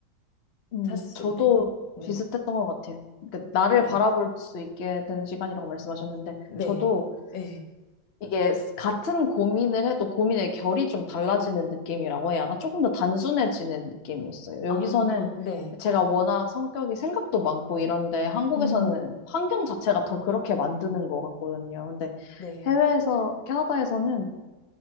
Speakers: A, on the left; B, on the left.
A: 음,
B: 사셨을
A: 저도
B: 때? 네.
A: 비슷했던 것 같아요. 그러니까 나를
B: 네.
A: 바라볼 수 있게 되는 시간이라고 말씀하셨는데,
B: 네.
A: 저도
B: 네.
A: 이게 스- 같은 고민을 해도 고민의 결이 좀 달라지는 느낌이라고 해야 하나? 조금 더 단순해지는 느낌이었어요. 여기서는
B: 아, 네.
A: 제가 워낙 성격이 생각도 많고 이런데, 한국에서는
B: 음,
A: 환경 자체가 더 그렇게 만드는 것 같거든요. 근데
B: 네.
A: 해외에서, 캐나다에서는